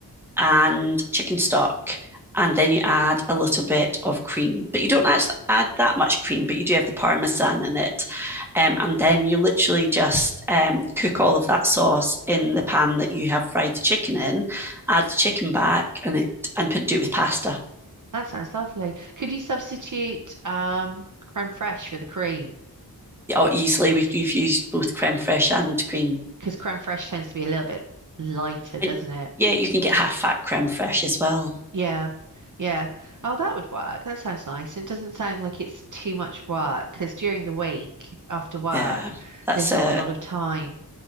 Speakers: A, in the centre; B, on the right (about 50°).
A: and chicken stock and then you add a little bit of cream but you don't actually add that much cream but you do have the parmesan in it um, and then you literally just um, cook all of that sauce in the pan that you have fried the chicken in add the chicken back and it and do it with pasta
B: That sounds lovely. Could you substitute um, crème fraiche for the cream?
A: or easily we've, we've used both creme fraiche and cream
B: Because crème fraiche tends to be a little bit lighter,
A: And
B: doesn't it?
A: yeah, you can get half fat creme fraiche as well.
B: Yeah, yeah. Oh, that would work. That sounds nice. It doesn't sound like it's too much work because during the week after work,
A: Yeah, that's
B: there's not
A: it.
B: a lot of time.